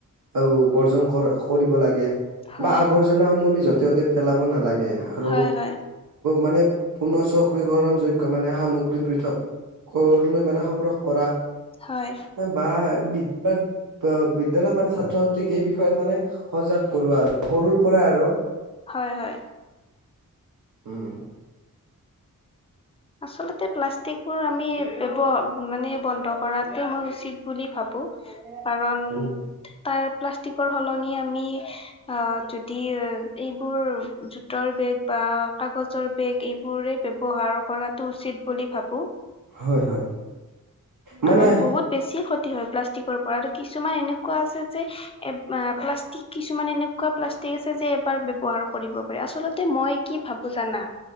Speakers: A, on the right (about 85°); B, on the left (about 20°).
A: আৰু বৰ্জন কৰ কৰিব লাগে
B: হয়
A: বা আৱৰ্জাসমূহ আমি যতে ততে পেল পাব নালাগে আৰু
B: হয় হয়
A: মানে পোন্ধৰশ গ্ৰহণ যোগ্য মানে সামগ্ৰী পৃথক ঘৰলৈ মানে সংগ্ৰহ কৰা
B: হয়।
A: বা বিদ্যালয়ত বিদ্যালয়ত মানে ছাত্ৰ-ছাত্ৰীক এই বিষয়ত মানে সজাগ কৰো আৰু সৰুৰ পৰা আৰু।
B: হয় হয়।
A: উ উ।
B: আচলতে প্লাষ্টিকবোৰ আমি ব্যৱ মানে বন্ধ কৰাটো মই উচিত বুলি ভাবো।
A: <inaudible>
B: কাৰণ তাৰ প্লাষ্টিকৰ সলনি আমি আ য যদি এইবোৰ জোতৰ বেগ বা কাগজৰ বেগ এইবোৰে ব্যৱহাৰ কৰাটো উচিত বুলি ভাবো।
A: হয় হয়। মানে
B: কাৰণ বহুত বেছি ক্ষতি হয় প্লাষ্টিকৰ পৰা আৰু কিছুমান এনেকুৱা আছে যে এ প্লাষ্টিক কিছুমান এনেকুৱা প্লাষ্টিক আছে যে এবাৰ ব্যাবহাৰ কৰিব পাৰি। আচলতে মই কি ভাবো জানা